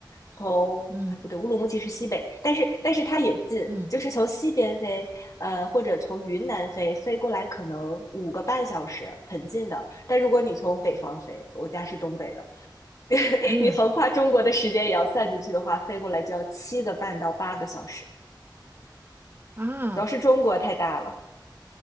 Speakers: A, on the left; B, on the right.
A: 从，
B: 嗯
A: 哎，不对，乌鲁木齐是西北，但是但是它也近，
B: 嗯
A: 就是从西边飞，呃，或者从云南飞，飞过来可能五个半小时，很近的。但如果你从北方飞，我家是东北的，<laughs>
B: 嗯
A: 你横跨中国的时间也要算进去的话，飞过来就要七个半到八个小时。
B: 啊，
A: 主要是中国太大了。